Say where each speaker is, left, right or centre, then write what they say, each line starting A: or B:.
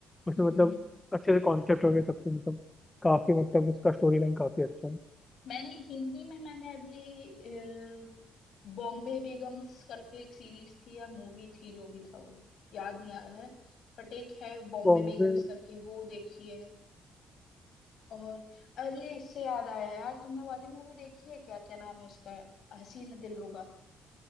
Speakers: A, on the left (about 15°); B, on the left (about 70°).
A: उसमें
B: हम्म
A: मतलब
B: हम्म हम्म।
A: अच्छे से कॉन्सेप्ट हो गया सब कुछ मतलब काफी मतलब उसका स्टोरी लाइन काफी अच्छा है
B: मैंने हिंदी में मैंने अभी अ, बॉम्बे बेगम्स करके एक सीरीज थी या मूवी थी जो भी था वो याद नहीं आ रहा है बट एक है बॉम्बे
A: बॉम्बे
B: बेगम्स करके वो देखी है और अरे इससे याद आया यार तुमने वाली मूवी देखी है क्या क्या नाम है उसका हसीन दिलरुबा